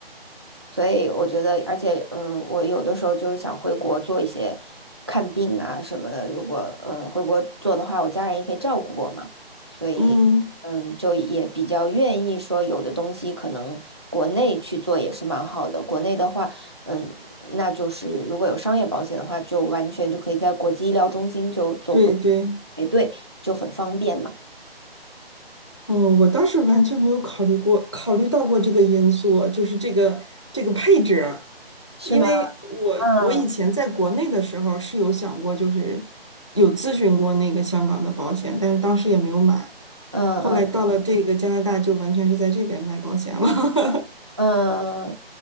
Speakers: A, on the right; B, on the left.
A: 所以我觉得，而且，嗯，我有的时候就是想回国做一些看病啊什么的。如果嗯回国做的话，我家人也可以照顾我嘛，所以嗯就也比较愿意说，
B: 嗯，
A: 有的东西可能国内去做也是蛮好的。国内的话，嗯，那就是如果有商业保险的话，就完全就可以在国际医疗中心就做不
B: 对对。
A: 排对，就很方便嘛，
B: 哦，我倒是完全没有考虑过，考虑到过这个因素，就是这个这个配置。
A: 是吗？
B: 因为我我以前在国内的时候是有想过，
A: 嗯
B: 就是有咨询过那个香港的保险，但是当时也没有买。
A: 嗯嗯
B: 后来到了这个加拿大，就完全是在这边卖保险了。
A: 嗯。